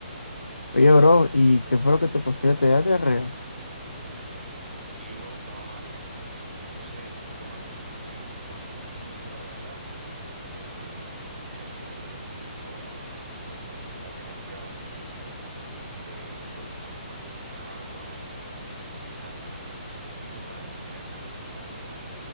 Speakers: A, on the left (about 85°); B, on the right (about 70°).
A: Oye, bro, ¿y qué fue lo que te pasó? ¿Ya ¿Te da diarrea?
B: Sí, bro, estaba mal. Es que, no sé, estoy tomando un suplemento que cuando como mucho, la verdad, eh, me, me revuelve mucho el estómago y me suelta, la verdad, demasiado. Entonces, eh, me tengo que estar tomando mucha agua y estar comiendo muy poquito para que no vaya a caer tan mal, bro.